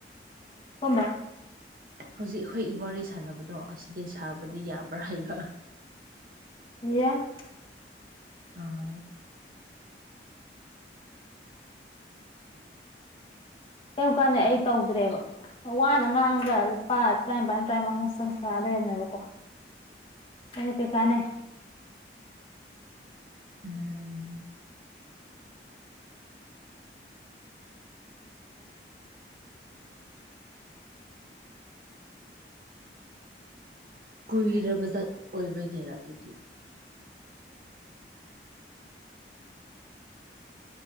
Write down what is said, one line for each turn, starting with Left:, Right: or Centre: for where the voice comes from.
Left: ꯀꯝꯕ
Right: ꯍꯧꯖꯤꯛ ꯑꯩꯈꯣꯏ ꯋꯥꯔꯤ ꯁꯥꯟꯅꯕꯗꯣ ꯑꯁꯤꯗꯤ ꯁꯥꯕꯗꯤ ꯌꯥꯕ꯭ꯔꯥ ꯍꯥꯏꯕ
Left: ꯌꯥꯢ
Right: ꯑꯥ
Left: ꯀꯥꯟꯗꯤ ꯑꯩ ꯇꯧꯗ꯭ꯔꯦꯕ ꯋꯥꯅ ꯉꯥꯡꯒ ꯂꯨꯄꯥ ꯇꯔꯥꯄꯥꯟ ꯇꯔꯥꯄꯥꯟ ꯈꯛ ꯁꯥ ꯂꯩꯔꯝꯃꯦꯕꯀꯣ ꯑꯗꯨ ꯀꯩ ꯀꯥꯟꯅꯩ
Right: ꯎꯝ ꯀꯨꯏꯔꯕꯖꯠ ꯑꯣꯏꯕꯒꯤꯋꯥ ꯑꯗꯨꯗꯤ